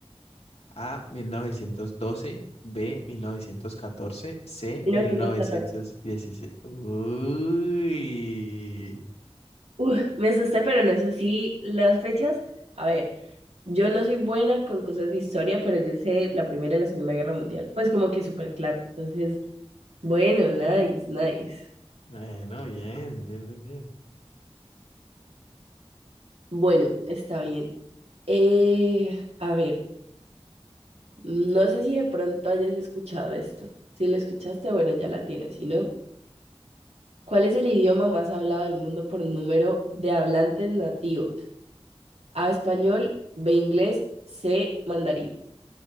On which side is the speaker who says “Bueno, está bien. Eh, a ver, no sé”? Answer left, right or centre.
Right